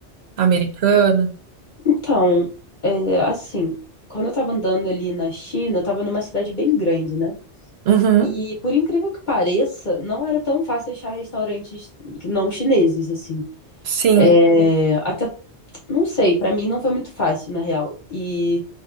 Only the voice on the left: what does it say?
então, é, assim, quando eu tava andando ali na China, eu tava numa cidade bem grande, né?
E por incrível que pareça, não era tão fácil achar restaurantes não chineses, assim.
É, até, não sei, pra mim não foi muito fácil, na real. E